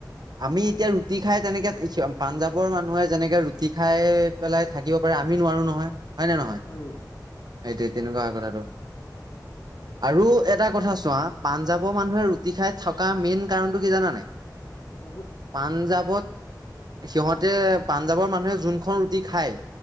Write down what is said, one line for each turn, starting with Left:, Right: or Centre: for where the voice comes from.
Right: আমি এতিয়া ৰুটি খাই তেনেকে পাঞ্জাৱৰ মানুহে যেনেকে ৰুটি খাই পেলাই থাকিব পাৰে আ আমি নোৱাৰো নহয় হয়, ন নহয় সেইটোৱে
Left: উম
Right: তেনেকুৱা হয় কথাটো। আৰু
Left: এইটো
Right: এটা
Left: খাই
Right: কথা চোৱা পাঞ্জাৱৰ মানুহে ৰুটি খাই থকা মেইন কাৰণটো কি জানা নাই।
Left: উম
Right: পাঞ্জাৱত সিহঁতে পাঞ্জাৱৰ মানুহে যোনখন ৰুটি খায়।